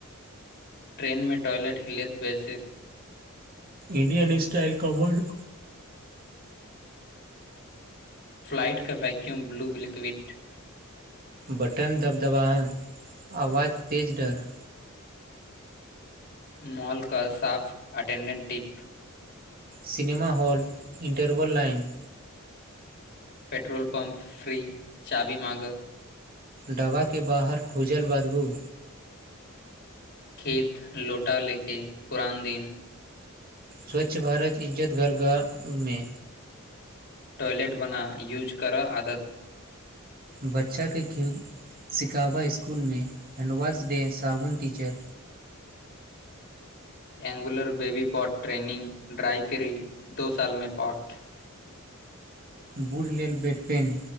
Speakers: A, on the left; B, on the right.
A: ट्रेनमे टॉयलट हिलैत बेैसिक
B: इंडियन स्टाइल कबर्ड
A: फ्लाइटके वैक्यूम ब्लू लिक्विड
B: बटन दबदबाा आवाज तेज डर
A: मॉलके साफ attendant tip
B: cinema hall interval line
A: petrol pump free चाबी माँग
B: दबाके बाहर खूजल बदबू
A: खेत लौटा लेके पुरान दिन
B: स्वच्छ भारत इज्जत घर गाम मे
A: टॉयलेट बना यूज कर आदत
B: बच्चा केँ खिल शिकाबा इसकुल में हैंडवाश डे साबुन टीचर
A: एगुलर baby pot training dry free दो सालमे पॉट
B: बुढ़ लेल bed pan